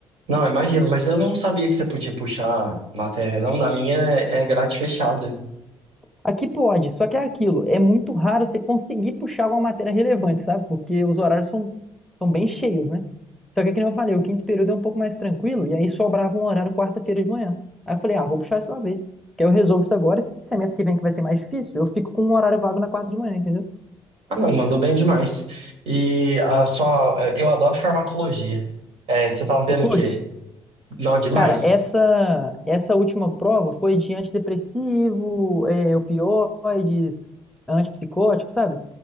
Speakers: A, on the right; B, in the centre.
A: Não, imagino, mas eu não sabia que você podia puxar matéria, não. Na minha é é grade fechada.
B: Aqui pode, só que é aquilo, é muito raro você conseguir puxar alguma matéria relevante, sabe? Porque os horários são, são bem cheios, né? Só que, como eu falei, o quinto período é um pouco mais tranquilo, e aí sobrava um horário quarta-feira de manhã. Aí eu falei, ah, vou puxar isso uma vez, que aí eu resolvo isso agora, e semestre que vem que vai ser mais difícil, eu fico com um horário vago na quarta de manhã, entendeu?
A: Ah, não, mandou bem demais. E a sua. Eu adoro farmacologia. É, você tava vendo
B: Você curte?
A: o quê? Não, demais.
B: Cara, essa, essa última prova foi de antidepressivo, é, opioides, antipsicótico, sabe?